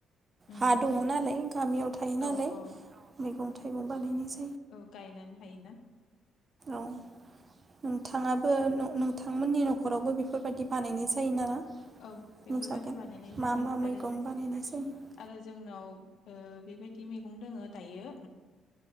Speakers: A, on the left; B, on the right.
A: ओम
B: हा दङ नालाय गामियाव थायो नालाय
A: औ औ
B: मैगं थाइ थाइगं बानायनि
A: औ गायनानै हायोना।
B: औ नोंथाङाबो नोंथांमोननि न'खरावबो बेफोरबायदि बानायनाय जायो नामा?
A: औ बेफोरबादि
B: मोसागोन
A: बानायनाय
B: मा
A: जायो
B: मा मैगं
A: आरो
B: बानायना जायो
A: आरो जोंनाव ओ बेबायदि मैगं दङ दायो